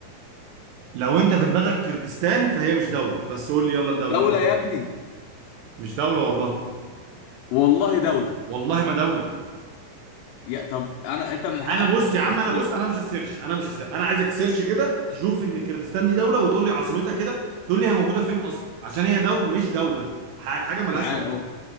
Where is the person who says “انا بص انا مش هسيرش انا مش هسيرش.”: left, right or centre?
Right